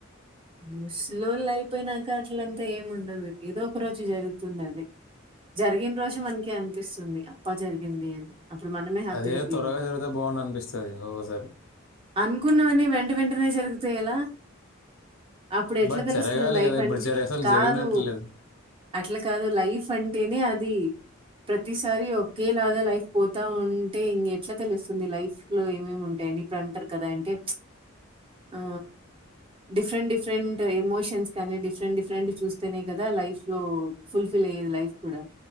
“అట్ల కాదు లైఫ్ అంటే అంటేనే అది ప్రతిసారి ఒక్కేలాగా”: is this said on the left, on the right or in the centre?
Right